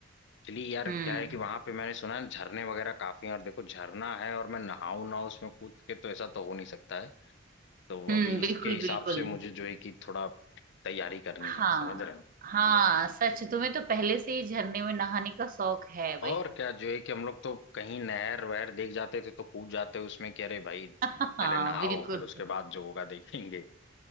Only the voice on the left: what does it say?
एक्चुअली यार
क्या है कि वहां पे मैंने सुना है झरने वगैरह काफी हैं और देखो झरना है और मैं नहाऊं ना उसमें कूद के तो ऐसा तो हो नहीं सकता है तो
अभी
इसके हिसाब
से मुझे जो है कि थोड़ा तैयारी करनी
है समझ रहे हो
और क्या जो है कि हम लोग तो कहीं नहर वहर देख जाते थे तो कूद जाते उसमें कि अरे भाई
पहले
नहाओ
फिर उसके बाद जो होगा देखेंगे